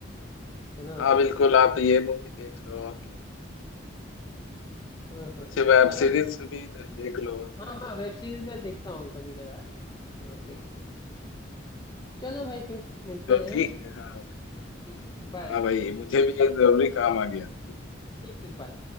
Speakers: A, on the left; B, on the left.
A: है ना
B: हाँ बिल्कुल आप
A: हाँ
B: ये मूवी देख लो और क्या
A: हाँ
B: कुछ
A: हाँ।
B: वेब
A: चलो
B: सीरीज भी दे- देख लो और क्या
A: हाँ हाँ वेब सीरीज मैं देखता हूँ कभी कदार हाँ देखता हूँ चलो भाई फिर मिलते
B: तो
A: हैं
B: ठीक है हाँ
A: ठीक ठीक बाय
B: हाँ
A: बाय
B: भाई मुझे भी एक जरूरी काम आ गया ठीक है
A: ठीक ठीक बाय